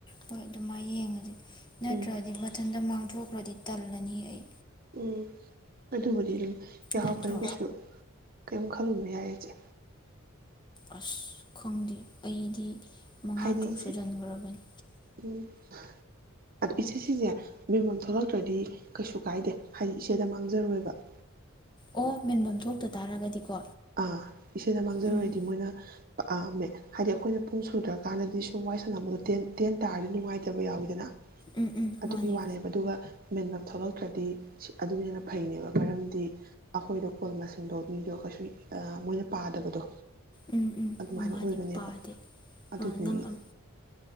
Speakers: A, on the left; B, on the right.
A: ꯍꯣꯢ ꯑꯗꯨꯃꯥꯢ ꯌꯦꯡꯉꯖꯦ ꯅꯠꯇ꯭ꯔꯗꯤ-
B: ꯎꯝ
A: ꯏꯊꯟꯇ ꯃꯥꯡꯊꯣꯛꯈ꯭ꯔꯗꯤ ꯇꯥꯜꯂꯅꯤ ꯑꯩ
B: ꯎꯝ ꯑꯗꯨꯕꯨꯗꯤ ꯑꯗꯨꯝ ꯌꯥꯎꯍꯛꯄꯅꯦ
A: ꯅꯠꯇ꯭ꯔꯣ
B: ꯀꯩꯁꯨ ꯀꯩꯝ ꯈꯜꯂꯨꯅ ꯌꯥꯢ ꯏꯆꯦ
A: ꯑꯁ ꯈꯪꯗꯦ ꯑꯩꯗꯤ ꯃꯉꯥ
B: ꯍꯥꯏꯗꯤ
A: ꯇ꯭ꯔꯨꯛ
B: ꯏꯆꯦ
A: ꯁꯨꯖꯟꯒ꯭ꯔꯕꯅꯤ
B: <inaudible> ꯑꯗꯨ ꯏꯆꯦꯁꯤꯖꯦ ꯃꯦꯝꯕꯝ ꯊꯣꯛꯂꯛꯇ꯭ꯔꯗꯤ ꯀꯩꯁꯨ ꯀꯥꯢꯗꯦ ꯍꯥꯢꯗꯤ ꯏꯆꯦꯗ ꯃꯥꯡꯖꯔꯣꯢꯕ꯫
A: ꯑꯣ ꯃꯦꯟꯕꯝ ꯊꯣꯛꯇ ꯇꯥꯔꯒꯗꯤꯀꯣ
B: ꯑꯥ ꯏꯆꯦꯗ ꯃꯥꯡꯖꯔꯣꯢꯗꯤ
A: ꯎꯝ
B: ꯃꯣꯢꯅ ꯑꯥ ꯃꯦ ꯍꯥꯢꯗꯤ ꯑꯈꯣꯢꯅ ꯄꯨꯡ ꯁꯨꯗ꯭ꯔꯀꯥꯟꯗꯗꯤ ꯁꯨꯝ ꯋꯥꯢ ꯁꯥꯟꯅꯕꯗꯣ ꯇꯦꯟ ꯇꯦꯟ ꯇꯥꯔꯗꯤ ꯅꯨꯡꯉꯥꯢꯇꯕ ꯌꯥꯎꯋꯤꯗꯅ
A: ꯎꯝ ꯎꯝ
B: ꯑꯗꯨꯒꯤ
A: ꯃꯥꯅꯦ
B: ꯋꯥꯅꯦꯕ ꯑꯗꯨꯒ ꯃꯦꯟꯕꯝ ꯊꯣꯛꯂꯛꯇ꯭ꯔꯗꯤ ꯁꯤ ꯑꯗꯨꯅ ꯍꯦꯟꯅ ꯐꯩꯅꯦꯕ ꯃꯔꯝꯗꯤ ꯑꯈꯣꯢꯗ ꯀꯣꯜ ꯃꯁꯤꯡꯗꯣ ꯃꯤꯗꯣ ꯀꯩꯁꯨ ꯑ ꯃꯣꯢꯅ ꯄꯥꯗꯕꯗꯣ
A: ꯎꯝ ꯎꯝ
B: ꯑꯗꯨꯃꯥꯢꯅ
A: ꯃꯥꯅꯤ
B: ꯑꯣꯢꯕꯅꯦꯕ
A: ꯄꯥꯗꯦ
B: ꯑꯗꯨꯗꯨꯒꯤ
A: ꯑꯥ ꯅꯪ ꯎꯝ